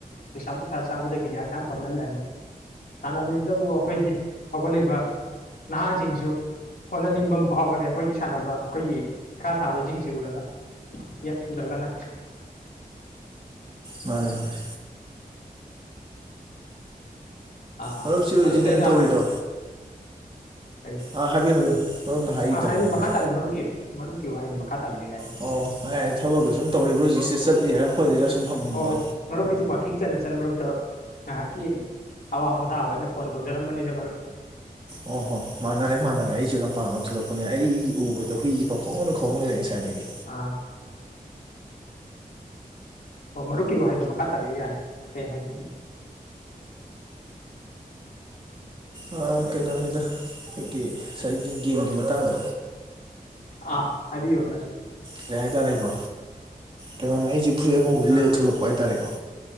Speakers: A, on the left; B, on the right.
A: ꯅꯤꯁꯥ ꯄꯨꯁꯥ ꯆꯥꯕꯗꯒꯤꯗꯤ ꯍꯛꯆꯥꯡ ꯐꯕꯅ ꯂꯅꯤ ꯁꯥꯟꯅꯕꯁꯤꯗꯕꯨ ꯑꯩꯈꯣꯏꯒꯤ ꯍꯧꯒꯠꯂꯛꯏꯕ ꯅꯍꯥꯁꯤꯡ ꯁꯨ ꯍꯣꯠꯅꯅꯤꯡꯕ ꯑꯃ ꯐꯥꯎꯒꯅꯤ ꯑꯩꯈꯣꯏꯒꯤ ꯁꯥꯟꯅꯕ ꯑꯩꯈꯣꯏꯒꯤ ꯏꯈꯥ ꯊꯥꯕꯁꯤꯡꯁꯤ ꯎꯔꯒ ꯌꯛꯎꯔꯒꯅ
B: ꯃꯥꯅꯦ ꯃꯥꯅꯦ
A: ꯑꯥ
B: ꯃꯔꯨꯞꯁꯤ ꯍꯧꯖꯤꯛ
A: ꯃꯔꯨꯞꯇ
B: ꯀꯩꯅꯣ
A: ꯑꯩꯅ
B: ꯇꯧꯔꯤꯗꯣ
A: ꯍꯪꯖ ꯀꯔꯤ
B: ꯑꯥ ꯍꯥꯏꯕꯤꯌꯨ ꯍꯥꯏꯕꯤꯌꯨ ꯃꯔꯨꯞꯅ ꯍꯥꯏꯈꯤꯗ
A: ꯑꯥ ꯍꯥꯏꯕꯤꯌꯨ
B: ꯍꯥꯟꯅ
A: ꯃꯈꯥ
B: ꯍꯥꯏꯌꯨ
A: ꯇꯥꯕꯤ ꯃꯔꯨꯞꯀꯤ ꯃꯔꯨꯞꯀꯤ ꯋꯥꯍꯩꯗꯣ ꯃꯈꯥ ꯇꯥꯕꯤꯕ ꯌꯥꯅꯤ
B: ꯑꯣ ꯑꯩ ꯍꯥꯏ ꯊꯕꯛꯇꯀ ꯁꯨꯝ ꯇꯧꯔꯤꯕ꯭ꯔꯥ ꯍꯧꯖꯤꯛꯁꯦ ꯆꯠꯂꯤꯔꯥ ꯈꯣꯠꯂꯤꯔꯥ ꯁꯨꯝ ꯍꯪꯕꯅꯤꯗ
A: ꯑꯧ ꯃꯔꯨꯞ ꯑꯩꯁꯨ ꯋꯥꯛꯀꯤꯡ ꯆꯠꯅ ꯆꯠ ꯃꯔꯨꯞꯇ ꯉꯥꯏꯍꯥꯛꯀꯤ ꯑꯋꯥ ꯄꯣꯊꯥꯕ ꯑꯩꯅ ꯐꯣꯟ ꯇꯧꯖꯔꯝꯕꯅꯤꯗ ꯃꯔꯨꯞ
B: ꯑꯣ ꯍꯣ ꯃꯥꯟꯅꯔꯦ ꯃꯥꯟꯅꯔꯦ ꯑꯩꯁꯨ ꯂꯝꯄꯥꯛ ꯑꯃ ꯊꯣꯛꯂꯛꯄꯅꯦ ꯑꯩ ꯎꯕꯗ ꯍꯨꯏꯁꯦ ꯄꯥꯡꯈꯣꯡꯅ ꯈꯣꯡ ꯂꯩꯔꯦ ꯉꯁꯥꯏꯗꯒꯤ
A: ꯑꯥ ꯑꯣ ꯃꯔꯨꯞꯀꯤ ꯋꯥꯍꯩꯗꯣ ꯃꯈꯥ ꯇꯥꯕꯤꯕ ꯌꯥꯅꯤ ꯀꯩ ꯍꯥꯏꯅꯤꯡ
B: ꯑ ꯀꯩꯅꯣꯅꯤꯗ ꯑꯩꯈꯣꯏꯒꯤ ꯉꯁꯥꯏꯒꯤ ꯒꯦꯝꯒꯤ ꯃꯇꯥꯡꯗꯣ
A: ꯑ ꯍꯥꯏꯕꯤꯌꯨ ꯃ
B: ꯀꯩ ꯍꯥꯏꯇꯥꯔꯦꯀꯣ ꯀ ꯑꯩꯁꯦ ꯐꯨꯔꯤꯠ ꯑꯉꯧꯕ
A: ꯑꯥ
B: ꯂꯤꯠꯂ ꯊꯣꯛꯂꯛ ꯍꯥꯏꯇꯥꯔꯦꯀꯣ